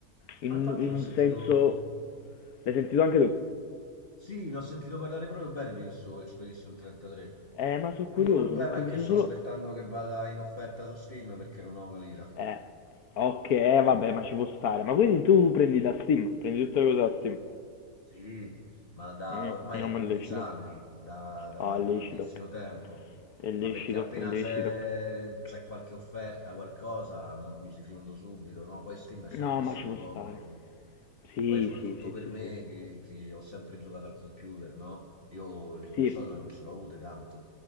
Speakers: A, on the left (about 80°); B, on the left (about 40°).
A: In,
B: ma infatti
A: in
B: ne ho sentito,
A: un senso... L'hai sentito anche tu?
B: sì, ne ho sentito parlare proprio bene di questo Expedition 33.
A: Eh, ma sono
B: L'unico
A: curioso
B: problema
A: perché
B: è
A: ho visto
B: che sto
A: solo...
B: aspettando che vada in offerta su Steam perché non ho una lira.
A: Eh, ok, eh, vabbè, ma ci può stare. Ma quindi tu prendi da Steam, prendi tutte le cose da Steam.
B: Sì, ma da,
A: Mm,
B: ormai
A: no,
B: da
A: ma
B: 15
A: è lecito.
B: anni, da, da-
A: Oh, è lecito,
B: da tantissimo tempo.
A: è lecito,
B: Ma perché appena
A: è lecito.
B: c'è c'è qualche offerta, qualcosa, mi ci fiondo subito, no? Poi Steam è sempre
A: No, ma
B: stato
A: ci può
B: comodo.
A: stare. Sì,
B: Poi soprattutto
A: sì, sì,
B: per
A: sì,
B: me
A: sì, sì.
B: che, che ho sempre giocato al computer, no? Io le console
A: Sì,
B: non ce l'ho avute tanto.